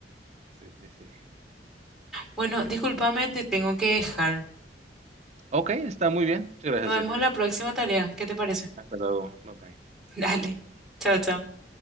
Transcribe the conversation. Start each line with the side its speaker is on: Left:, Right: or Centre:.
Right: Sí, sí, sí.
Centre: Bueno,
Right: No, muy
Centre: discúlpame,
Right: bien.
Centre: te tengo que dejar.
Right: Ok, está muy bien. Muchas gracias,
Centre: Nos vemos
Right: Cecilia.
Centre: la próxima tarea, ¿qué te parece?
Right: Hasta luego. Bye bye.
Centre: <laughs> Dale, chao, chao.